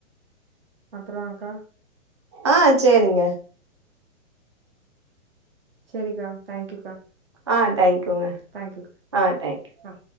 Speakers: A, on the right; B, on the right.
A: அப்பறோ அக்கா
B: ஆ சேரிங்க
A: சேரிக்கா தேங்க்யூக்கா
B: ஆ தேங்க்யூங்க
A: தேங்க்யூ
B: ஆ தேங்க்யூ
A: ஆ